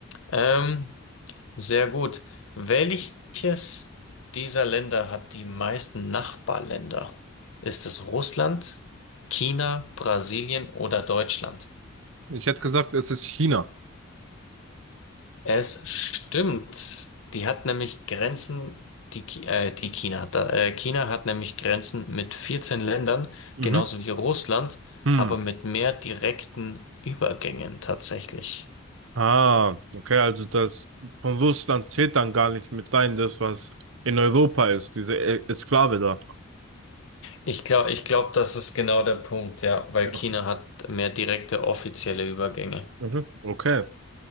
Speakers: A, on the left (about 65°); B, on the right (about 65°).
A: Ähm, sehr gut. Welches dieser Länder hat die meisten Nachbarländer? Ist es Russland, China, Brasilien oder Deutschland?
B: Ich hätte gesagt, es ist China.
A: Es stimmt. Die hat nämlich Grenzen, die, Ki- äh, die China. Da, äh, China hat nämlich Grenzen mit 14 Ländern,
B: Mhm.
A: genauso wie Russland,
B: Hm.
A: aber mit mehr direkten Übergängen tatsächlich.
B: Ah, okay, also das von Russland zählt dann gar nicht mit rein, das, was in Europa ist, diese E- Exklave da.
A: Ich glaube, ich glaube, das ist genau der Punkt, ja, weil
B: Ja.
A: China hat mehr direkte offizielle Übergänge.
B: Mhm. Okay.